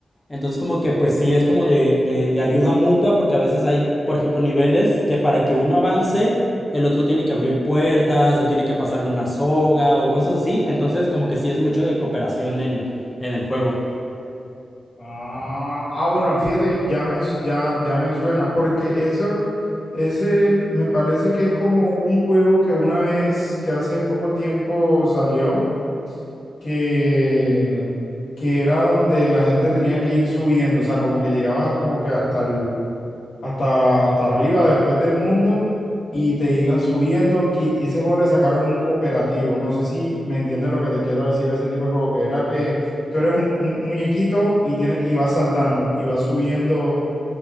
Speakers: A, on the left; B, on the left.
A: Entonces como que pues sí es como de, de, de ayuda mutua porque a veces hay, por ejemplo, niveles que para que uno avance, el otro tiene que abrir puertas o tiene que pasarle una soga o cosas así. Entonces como que sí es mucho de cooperación en, en el juego.
B: Ah, ah, bueno, fíjate que ya me, ya, ya me suena, porque eso, ese me parece que es como un juego que una vez, que hace poco tiempo salió, que, que era donde la gente tenía que ir subiendo, o sea, como que llegabas como que hasta el, hasta, hasta arriba, después del mundo, y te ibas subiendo. qui- Y ese juego le sacaron un cooperativo. No sé si me entiendes lo que te quiero decir, ese tipo de juego, que era que tú eres un, un muñequito y, tienes, y vas saltando, y vas subiendo